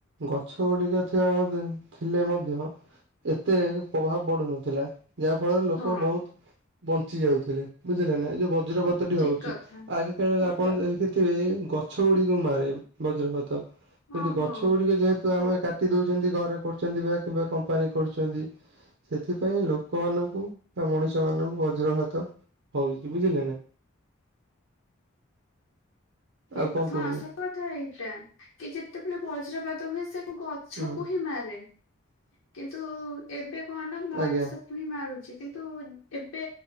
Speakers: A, on the right; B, on the left.
A: ଗଛ ଗୁଡିକ ଥିବା ମଧ୍ୟ ଥିଲେ ମଧ୍ୟ ଏତେଏକେ ପ୍ରଭାବ ପଡୁନଥିଲା ଯାହା ଫଳରେ ଲୋକ
B: ହଁ
A: ବହୁତ ବଞ୍ଚି ଯାଉଥିଲେ ବୁଝିଲେନା ଏ ଯୋଉ ବଜ୍ରପାତଟି
B: ଠିକ
A: ହୋଉଚି
B: କଥା।
A: ଆଗେ ସେତେବେଳେ ଆପଣ ଦେଖିଥିବେ ଗଛ ଗୁଡିକୁ ମାରେ ବଜ୍ରପାତ
B: ହଁ
A: କିନ୍ତୁ ଗଛ
B: ହଁ
A: ଗୁଡିକ ଯେହେତୁ ଆମେ କାଟି ଦୋଉଚନ୍ତି ଘରେ କରୁଛନ୍ତି ବା କିମ୍ବା କମ୍ପାନୀ କରୁଛନ୍ତି ସେଥିପାଇଁ ଲୋକମାନଙ୍କୁ ବା ମଣିଷ ମାନଙ୍କୁ ବଜ୍ର ଘାତ ହଉ ଦିଦି ବୁଝିଲେ ନା।
B: ଠିକ୍
A: ଆଉ କଣ କହୁଛନ୍ତି
B: ହଁ ସେ କଥା ଏଇଟା କି ଯେତେବେଳେ ବଜ୍ରପାତ ହୁଏ ସେ ଗ
A: ହୁଁ
B: ଛକୁ ହିଁ ମାରେ। କିନ୍ତୁ ଏବେ କଂ ନା ମଣିଷକୁ
A: ଆଜ୍ଞା
B: ହିଁ ମାରୁଛି କିନ୍ତୁ ଏବେ